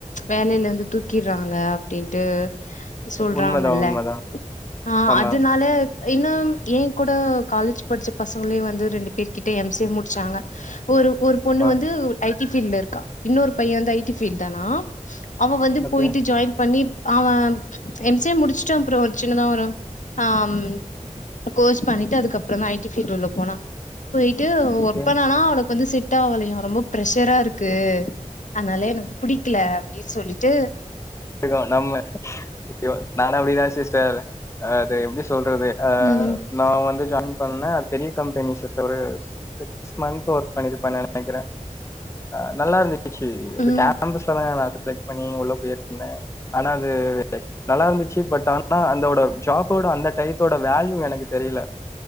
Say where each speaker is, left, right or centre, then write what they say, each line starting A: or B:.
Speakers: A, on the left; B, on the left.
A: வேலைல இந்து தூக்கிட்றாங்க அப்டீன்ட்டு சொல்றாங்கல்ல
B: உண்மதான், உண்மதான்.
A: ஆ
B: ஆமா.
A: அது நா ல இன்னும் ஏ கூட காலேஜ் படிச்ச பசங்களே வந்து ரெண்டு பேர் கிட்ட எம் சி ஏ முடிச்சாங்க ஒரு ஒரு பெண்ணு
B: ஆ,
A: வந்து ஐ டி ஃபீல்டுல இருக்கா இன்னோரு பைய வந்து ஐ டி ஃபீல்ட் தானா அவ வந்து
B: ஓகே,
A: போயிட்டு ஜாயின் பண்ணி அவ எம் சி ஏ முடிச்சுட்டு அப்றோ செ இங்க தா வரா ஆம் கோர்ஸ் பண்ணிட்டு அதுக்கப்புறோந்தா ஐ டி ஃபீல்டுள்ள போனா போயிட்டு
B: ஓகே.
A: ஒர்க் பண்ணனா அவனுக்கு வந்து செ ட்டாவலயா ரொம்ப ப்ரெஷரா இருக்கு அதனால எனக்கு பிடிக்குல அப்டீன்னு சொல்லிட்டு
B: இருக்கோ நம்ம அய்யோ நானு அப்டிதா சிஸ்டர் அது எப்டி சொல்றது ஆ
A: ம்
B: நா வந்து ஜாயின் பண்ணே பெரிய கம்பெனி சிஸ்டர் ஒரு சிக்ஸ் மந்த்து ஒர்க் பண்ணிருப்பேனு நெனைக்கிறே அ நல்லா இருந்துச்சு அது
A: ம்
B: கேம்பஸ்ல நா செலக்ட் பண்ணி உள்ள போயிருந் த ஆனா அது நல்லா இருந்துச்சு பட் ஆனா அந்தோட ஜாப்போட அந்த டைத்தோட வேல்யூ எனக்கு தெரியுல